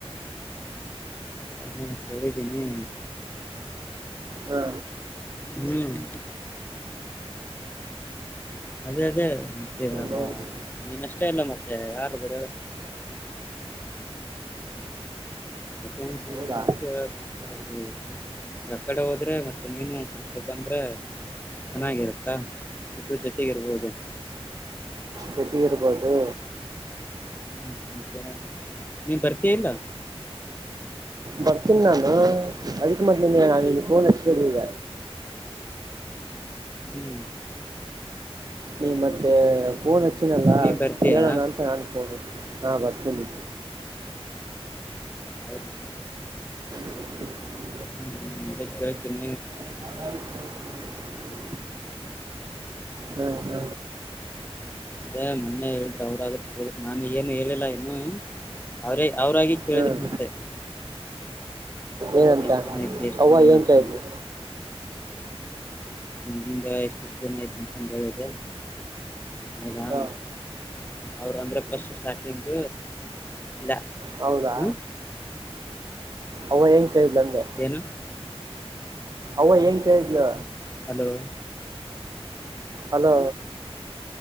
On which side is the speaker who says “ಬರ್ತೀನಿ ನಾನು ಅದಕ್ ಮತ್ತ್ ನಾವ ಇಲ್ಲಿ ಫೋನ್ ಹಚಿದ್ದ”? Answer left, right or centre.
Right